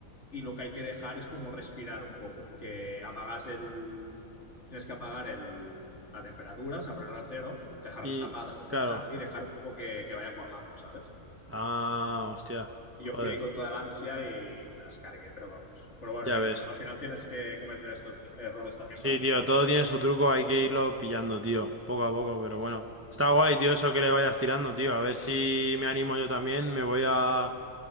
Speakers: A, on the left; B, on the right.
A: y lo que hay que dejar es como respirar un poco, que apagas el, tienes que apagar el, la temperatura, o sea, ponerla a cero, dejar
B: Y,
A: las tapadas, etcétera,
B: claro.
A: y dejar un poco que, que vaya cuajando, ¿sabes?
B: Ah, hostia.
A: Y
B: Joder.
A: yo fui ahí con toda la ansia y me las cargué, pero vamos. Pero bueno,
B: Ya
A: mira,
B: ves.
A: al final tienes que cometer estos errores también
B: Sí,
A: para aprender.
B: tío, todo tiene su truco, hay que irlo pillando, tío, poco a poco, pero
A: Sí,
B: bueno.
A: sí.
B: Está guay, tío, eso que le vayas tirando, tío. A ver si me animo yo también, me voy a...